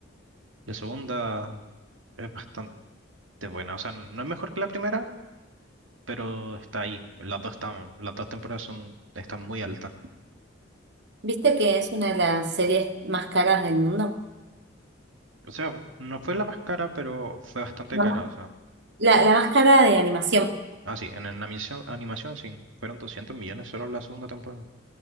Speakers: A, on the right (about 80°); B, on the right (about 60°).
A: La segunda es bastante buena. O sea, no es mejor que la primera, pero está ahí. Las dos están, las dos temporadas son, están muy altas.
B: ¿Viste que es una de las series más caras del mundo?
A: O sea, no fue la más cara, pero fue bastante
B: La,
A: cara.
B: más-
A: O sea,
B: la la más cara de animación.
A: ah, sí, en, en animación, animación sí, fueron 200 millones solo la segunda temporada.